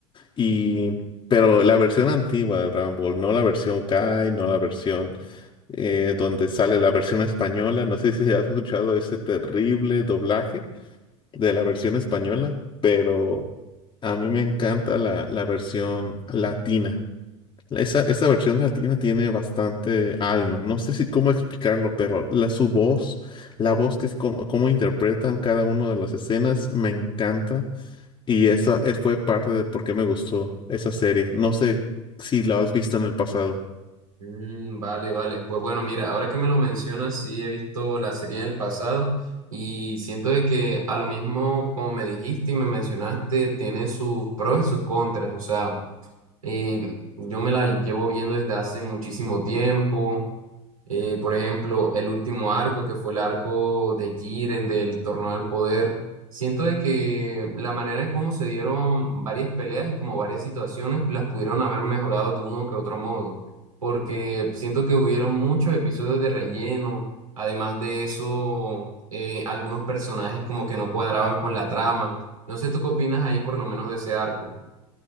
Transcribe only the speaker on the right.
Mm, vale, vale. Pues bueno, mira, ahora que me lo mencionas, sí he visto la serie en el pasado y siento de que a lo mismo como me dijiste y me mencionaste, tiene sus pros y sus contras. O sea, eh, yo me la llevo viendo desde hace muchísimo tiempo. Eh, por ejemplo, el último arco, que fue el arco de Jiren del Torneo del Poder. Siento de que la manera en cómo se dieron varias peleas y como varias situaciones las pudieron haber mejorado de uno que otro modo, porque siento que hubieron muchos episodios de relleno, además de eso, eh, algunos personajes como que no cuadraban con la trama. No sé, ¿tú qué opinas ahí por lo menos de ese arco?